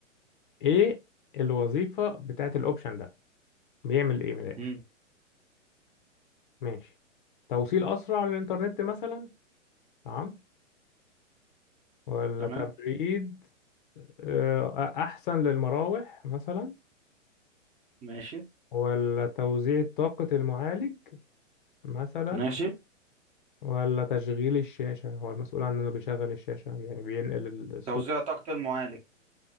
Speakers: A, on the left; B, on the right.
A: ايه الوظيفة بتاعت الاوبشن ده بيعمل ايه من الاخر
B: مم.
A: ماشي توصيل اسرع للانترنت مثلا تمام ولا
B: تمام
A: تبريد آه، احسن للمراوح مثلا
B: ماشي
A: ولا توزيع طاقة المعالج مثلا
B: ماشي
A: ولا تشغيل الشاشة هو المسؤول عن إنه بيشغل الشاشة يعني بينقل الصوت
B: توزيع طاقة المعالج